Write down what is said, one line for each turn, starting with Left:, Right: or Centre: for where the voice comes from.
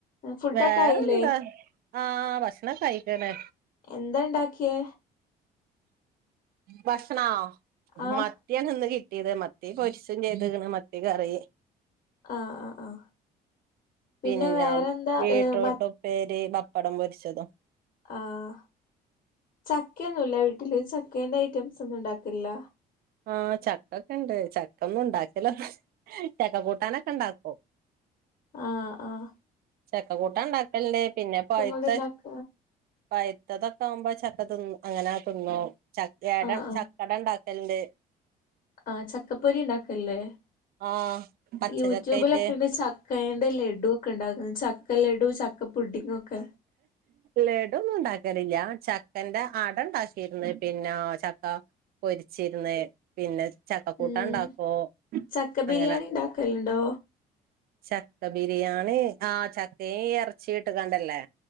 Left: ഫുഡൊക്കെ
Right: വേറെന്താ
Left: ആയില്ലേ
Right: ആഹ് ഭക്ഷണം കഴിക്കണ്
Left: എന്താ ഇണ്ടാക്കിയേ
Right: ഭഷ്ണവോ
Left: ആഹ്
Right: മത്തിയാണ് ന്നു കി ട്ടിയത് മത്തി പരിസും ചെയ്ത മത്തി കറി
Left: ആഹ് ആഹ് ആഹ്
Right: പിന്ന
Left: പിന്നെ വേറെന്താ
Right: വീട്രൂട്ടുപ്പേരി
Left: ഏഹ് മ
Right: ബപ്പടം പൊരിച്ചതും
Left: ആഹ ചക്കൊന്നുമല്ല വീട്ടില് ചക്കേറെ ഐറ്റംസ് ഒന്നും ഉണ്ടാക്കില്ല
Right: ആ ചക്കൊക്കെ ഇണ്ട് ചക്ക ഒന്നും ഉണ്ടാക്കല്ലോ ചക്ക കൂട്ടാനൊക്കെ ഇണ്ടാക്കോ
Left: ആഹ ആഹ
Right: ചെക്കക്കൂട്ട ഉണ്ടാക്കലല്ലേ പിന്നെ പഴത്ത
Left: കൊണ്ട് ഇണ്ടാക്ക
Right: പ മുത്തതൊക്കെ ആകുമ്പോ ചക്ക തി അങ്ങനെ തിന്നോ ചട
Left: ആഹ്
Right: ചക്കട ഉണ്ടാക്കലുണ്ട്
Left: ആഹ ചക്കപ്പൊരി ഉണ്ടാക്കല്ലേ
Right: ആഹ് പച്ചചക്കായിട്ട്
Left: യൂട്യൂബിലൊക്കെണ്ട് ചക്കന്റെ ലഡു ഒക്കെ ഉണ്ടകുന്നു ചക്ക ലഡു ചക്കപ്പുഡിങ്ങൊക്കെ
Right: ലഡൊന്നും ഇണ്ടാക്കലില്ല ചക്കന്റെ ആട ഉണ്ടാക്കിരന്ന് പിന്നാ ചക്ക പൊരിച്ചിരന്ന് പിന്നെ ചക്കക്കൂട്ട
Left: ഉം
Right: ഉണ്ടാക്കോ
Left: ചക്ക ബിരിയാണി
Right: അങ്ങനെ
Left: ഉണ്ടാക്കലുണ്ടോ
Right: ചക്ക ബിരിയാണി ആ ചക്കയും ഇറച്ചി ഇട്ട് കണ്ടല്ലേ